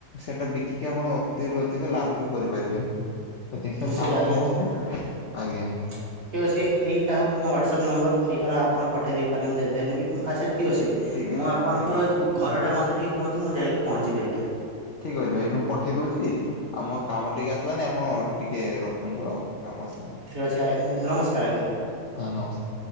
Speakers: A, on the left; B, on the right.
A: ସେଟା ବିକିକି ଆପଣ ଅତିରୁ ଅଧିକ ଲାଭ ବି କରିପାରିବେ। ଏତିକି ସାର୍
B: ନିଶ୍ଚିତ
A: କାମ
B: ଆଜ୍ଞା
A: କରନ୍ତୁ
B: ଠିକ
A: ଆଜ୍ଞା
B: ଅଛି ଏଇଟା ହଉ ମୋ ହ୍ୱାଟ୍ସପ ନମ୍ବର ଏଇଟା ଆପଣ ପଠାଇ ଦେଇ ପାରୁନ୍ତି ଯେ ଦେବେ ବି ଆଚ୍ଛା ଠିକ୍ ଅଛି।
A: ଠିକ୍ ଅଛି
B: ମୁଁ ଆପଣଙ୍କ
A: ଠିକ୍ ଅଛି।
B: ଘର ଟା ମତେ ଟିକେ କୁହନ୍ତୁ ମୁଁ ଯାଇକି ପହଞ୍ଚିବି ଆଜ୍ଞା।
A: ଠିକ ଅଛି ଭାଇ ମୁଁ ପଠେଇ ଦଉଛି ଆଉ ମୋର କାମ ଟିକେ ଆସିଲାନି ଆପଣ ଟିକେ ରଖନ୍ତୁ ଆଉ କାମ ଆସିଲା
B: ଠିକ୍ ଅଛି ଆ ନମସ୍କାର ଆଜ୍ଞା।
A: ହଁ ନମସ୍କା